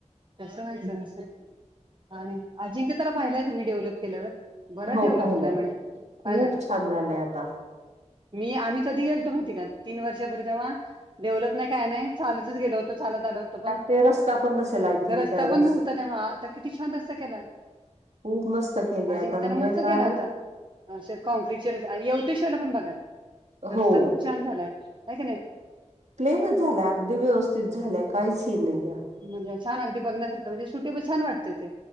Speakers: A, on the right (about 40°); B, on the right (about 65°).
A: कस व्हायचं
B: नाही.
A: कस आणि अजिंक्य पाहिला आहे तुम्ही डेव्हलप केल्यावर बर
B: हो
A: डेव्हलप झालाय म्हणे
B: खूप
A: पाहिला का
B: छान झालंय आता‌
A: मी आम्ही कधी गेलतो माहिती आहे का तीन वर्षांपूर्वी तेव्हा डेव्हलप नाही काय नाही चालतच गेलो होतो चालत आल होतो. पण
B: लागते रस्ता पण नसेल आय थिंक
A: रस्ता
B: त्यावेळेस
A: पण नव्हता तेव्हा आता किती छान रस्ता केलाय.
B: खूप मस्त केले
A: अजिंक्यतानं
B: आता म्हणजे
A: मस्त
B: काय
A: केला आता असे कॉंक्रीचे रस्ते यवतेश्वर पण बघा रस्ता
B: हो
A: खूप छान झालाय आहे का नाही?
B: प्लेनच झालाय अगदी व्यवस्थित झालंय काहीच हीन नाही या.
A: म्हणजे छान अगदी बघण्यासारखं म्हणजे सुटेबल छान वाटते ते.